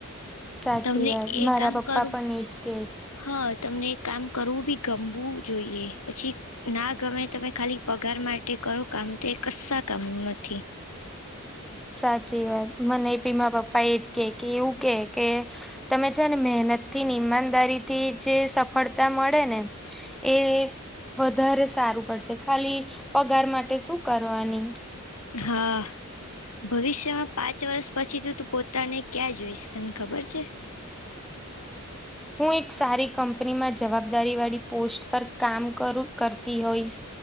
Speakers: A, in the centre; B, on the left.
A: સાચી
B: તમને
A: વાત
B: એ
A: મારા
B: કામ
A: પપ્પા
B: કરું
A: પણ એજ કેજ.
B: હા, તમને કામ કરવું બી ગમવું જોઈએ પછી ના ગમે તમે ખાલી પગાર માટે કરો કામ તો એ કસ્સા કામનું નથી.
A: સાચી વાત મને ભી મા પપ્પા એજ કે કે એવું કે કે તમે છે ને મહેનત થી ને ઈમાનદારીથી જે સફળતા મળે ને એ વધારે સારું પડશે ખાલી પગાર માટે શું કરવાની.
B: હા. ભવિષ્યમાં પાંચ વર્ષ પછી તું તું પોતાને ક્યાં જોઈશ તને ખબર છે?
A: હું એક સારી કંપનીમાં જવાબદારી વાળી પોસ્ટ પર કામ કરું કરતી હોઈશ